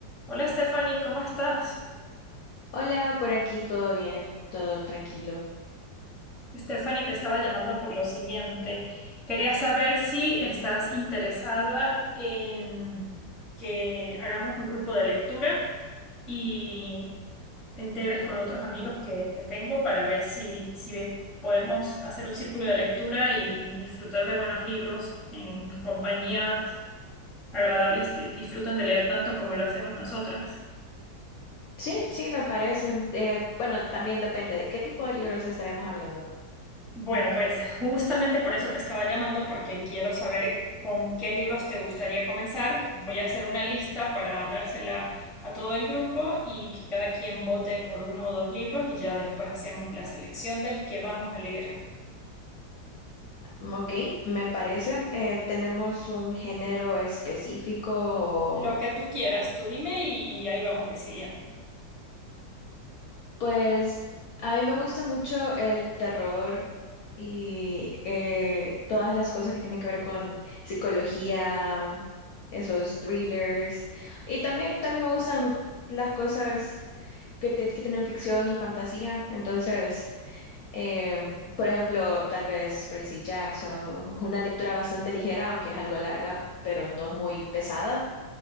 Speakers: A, in the centre; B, on the left (about 70°).
A: Hola Stephanie, ¿cómo estás?
B: Hola, por aquí todo bien, todo tranquilo.
A: Stephanie, te estaba llamando por lo siguiente. Quería saber si estás interesada en que hagamos un grupo de lectura y te integres con otros amigos que, que tengo para ver si, si ve- podemos hacer un círculo de lectura y, y disfrutar de buenos libros en compañías agradables que disfruten de leer tanto como lo hacemos nosotras.
B: Sí, sí, me parece. eh, bueno, también depende de qué tipo de libros estaremos hablando.
A: Bueno, pues justamente por eso te estaba llamando, porque quiero saber con qué libros te gustaría comenzar. Voy a hacer una lista para dársela a todo el grupo y que cada quien vote por uno o dos libros y ya después hacemos la selección del que vamos a leer.
B: Mm, Ok, me parece. eh, ¿tenemos un género específico? o-
A: Lo que tú quieras, tú dime y, y ahí vamos decidiendo.
B: Pues a mí me gusta mucho el terror y eh, todas las cosas que tienen que ver con psicología, esos thrillers. Y también, también me gustan las cosas que, te- que tienen ficción y fantasía. Entonces... Em, por ejemplo, tal vez Percy Jackson, es una lectura bastante ligera, aunque es algo larga, pero no es muy pesada.